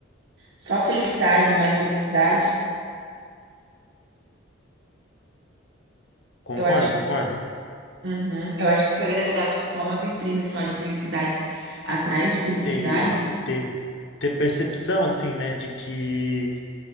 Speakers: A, on the right (about 60°); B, on the left (about 60°).
A: só felicidade, mais felicidade.
B: concordo,
A: Eu acho
B: concordo.
A: Uhum. Eu acho que isso ali deve dar, tipo, só uma vitrine só de felicidade. Atrás de felicidade?
B: Ter, ter, ter percepção, assim, né, de que